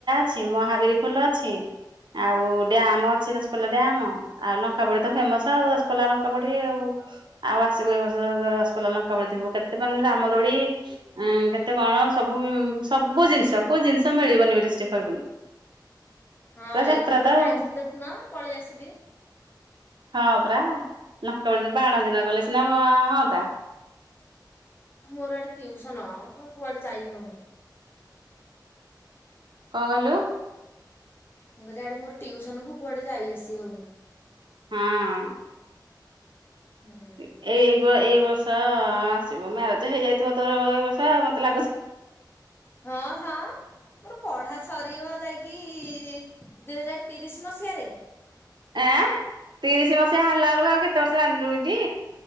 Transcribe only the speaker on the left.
ହଁ
ଏଇଥରତ
ଯାଇଥିଲି ଦେଖୁନ ପଳେଇ ଆସିଲି।
ଆଉ ମୋର ଆଡେ ଟିଉସନ ମୁଁ କୁଆଡେ ଯାଇ ହୋଉନି।
ମୁଁ କହିଲେ ଆଡେ ମୋର ଟିଉସନକୁ କୁଆଡେ ଯାଇ ଆସି ହୋଉନି।
ହୁଁ।
ହଁ ହଁ। ମୋର ପଢା ସରିବ ଯାଇକି ଦୁଇ ହଜାର ତିରିଶ ମସିହାରେ।